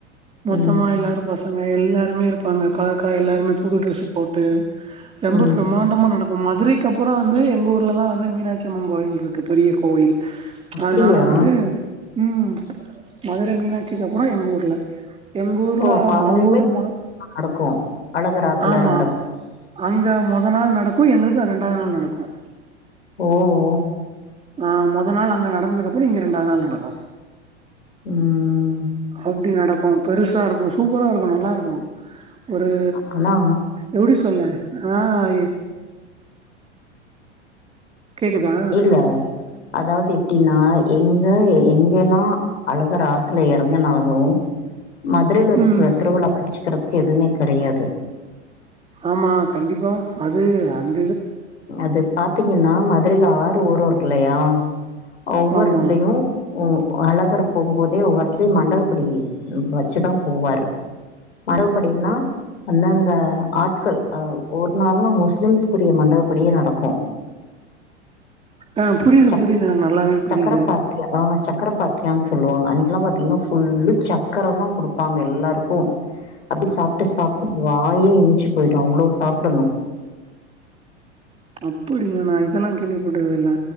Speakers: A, on the right; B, on the left.
A: மொத்தமா
B: ம்
A: எல்லாரும் பச எல்லாருமே இருப்பாங்க கலர் கலர் எல்லாருமே புது ட்ரெஸ் போட்டு ரொம்ப
B: ம்
A: பிரமாண்டமா நட இப்ப மதுரைக்கு அப்புறம் வந்து எங்க ஊர்ல தான் வந்து மீனாட்சியம்மன் கோயில் இருக்கு பெரிய கோயில்
B: அப்டியா
A: அதனால வந்து உம் மதுரை மீனா க்கு அப்புறம் எங்க ஊர்ல எங்க ஊர்ல
B: ஓ அப்ப அங்கயுமே
A: அவங்க ஊருமா
B: நடக்கு அழகர் ஆத்துல
A: ஆமா
B: எறங்குற
A: அங்க மொதல் நாள் நடக்கும் எங்களுக்கு ரெண்டாவது நாள் நடக்கும்
B: ஓஓ
A: ஆஹ் மொதல் நாள் அங்க நடந்ததுக்கு அப்புறம் இங்க ரெண்டாவது நாள் நடக்கும்
B: ம்
A: அப்டி நடக்கும் பெருசா இருக்கும் சூப்பரா இருக்கும் நல்லா இருக்கும் ஒரு
B: ஆனா
A: எப்படி சொல்ல ஆஹ் கேக்குதா
B: இல்ல அதாவது எப்டினா எங்க எங்கெலா அழகர் ஆத்துல எறங்குனாலு
A: <inaudible>
B: மதுரைல இருக்கிற
A: ம்
B: திருவிழா அடிச்சுக்கிறதுக்கு எதுவுமே கெடையாது
A: ஆமா கண்டிப்பா அது அந்
B: அது பாத்தீங்கன்னா மதுரைல ஆறு ஒரு ஒரு கில்லையா ஒவ்வொரு
A: ஆமா.
B: இதுலயு ஒ அழகர் போம்போதே ஒவ்வொரு எடத்திலுயு மண்டகப்படி வெச்சுதா போவாரு மரகுப்படினா அந்த அந்த ஆட்கள் அ ஒரு நாள்லு முஸ்லீம்ஸ்க்குரிய மண்ட அப்டியே நடக்கு
A: ஆ புரியுது,
B: சக்
A: புரியுது. எனக்கு நல்லாவே புரியுது.
B: சக்கரப்பாத்தி ஆ சக் சக்கர பாத்தியான்னு சொல்லுவாங்க அன்னைக்கெல்லா பாத்தீங்கன்னா ஃபுல்லு சக்கரதா குடுப்பாங்க எல்லாருக்கு அப்டி சாப்ட்டு சாப்டு வாயே இணிச்சு போயிடு அவ்ளோ சாப்பிடணு
A: அப்டியா நா இதெல்லா கேள்விப்பட்டதே இல்ல